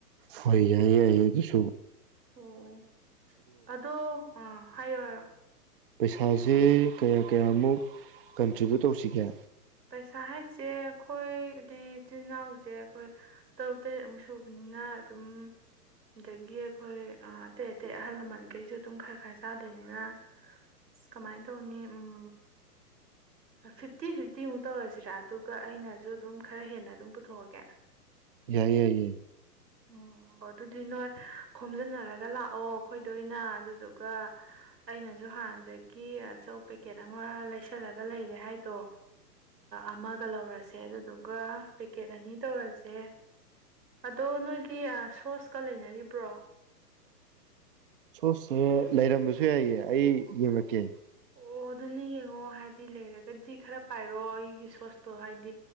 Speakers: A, on the right; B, on the right.
A: ꯍꯣꯏ ꯌꯥꯏ ꯌꯥꯏꯌꯦ ꯑꯗꯨꯁꯨ
B: ꯑꯣ ꯑꯣ ꯑꯗꯣ ꯑꯥ ꯍꯥꯏꯌꯣ ꯍꯥꯏꯌꯣ
A: ꯄꯩꯁꯥꯁꯦ ꯀꯌꯥ ꯀꯌꯥꯃꯨꯛ ꯀꯟꯇ꯭ꯔꯤꯕ꯭ꯌꯨꯠ ꯇꯧꯁꯤꯒꯦ
B: ꯄꯩꯁꯥ ꯍꯥꯏꯁꯦ ꯑꯩꯈꯣꯏꯗꯤ ꯏꯆꯤꯜ ꯏꯅꯥꯎꯁꯦ ꯑꯩꯈꯣꯏ ꯇꯔꯨꯛ ꯇꯔꯦꯠꯃꯨꯛ ꯁꯨꯕꯅꯤꯅ ꯑꯗꯨꯝ ꯑꯗꯒꯤ ꯑꯩꯈꯣꯏ ꯑꯇꯩ ꯑꯇꯩ ꯑꯍꯜ ꯂꯃꯟꯈꯩꯁꯨ ꯑꯗꯨꯝ ꯈꯔ ꯈꯔ ꯆꯥꯗꯣꯏꯅꯤꯅ ꯑ ꯀꯃꯥꯏꯅ ꯇꯧꯅꯤ ꯎꯝ ꯐꯤꯐꯇꯤ ꯐꯤ ꯐꯇꯤꯃꯨꯛ ꯇꯧꯔꯁꯤꯔꯥ ꯑꯗꯨꯒ ꯑꯩꯅꯁꯨ ꯑꯗꯨꯝ ꯈꯔ ꯍꯦꯟꯅ ꯑꯗꯨꯝ ꯄꯨꯊꯣꯛꯑꯒꯦ
A: ꯌꯥꯏ ꯌꯥꯏ ꯌꯥꯏ
B: ꯎꯝ ꯑꯣ ꯑꯗꯨꯗꯤ ꯅꯣꯏ ꯈꯣꯝꯖꯤꯟꯅꯔꯒ ꯂꯥꯛꯑꯣ ꯑꯩꯈꯣꯏꯗ ꯑꯣꯏꯅ ꯑꯗꯨꯗꯨꯒ ꯑꯩꯅꯁꯨ ꯍꯥꯟꯅꯗꯒꯤ ꯆꯧ ꯄꯦꯀꯦꯠ ꯑꯃ ꯂꯩꯁꯜꯂꯒ ꯂꯩꯔꯦ ꯍꯥꯏꯗꯣ ꯑꯃꯒ ꯂꯧꯔꯁꯦ ꯑꯗꯨꯗꯨꯒ ꯄꯦꯛꯀꯦꯠ ꯑꯅꯤ ꯇꯧꯔꯁꯦ ꯑꯗꯣ ꯅꯣꯏꯒꯤ ꯁꯣꯁꯀ ꯂꯩꯅꯔꯤꯕ꯭ꯔꯣ
A: ꯁꯣꯁ ꯁꯦ ꯂꯩꯔꯝꯕꯁꯨ ꯌꯥꯏꯌꯦ ꯑꯩ ꯌꯦꯡ ꯉꯛꯀꯦ
B: ꯑꯣ ꯑꯗꯨꯅ ꯌꯦꯡꯉꯣ ꯍꯥꯏꯗꯤ ꯂꯩꯔꯒꯗꯤ ꯈꯔ ꯄꯥꯏꯔꯣ ꯑꯩꯒꯤ ꯁꯣꯁꯇꯣ ꯍꯥꯏꯗꯤ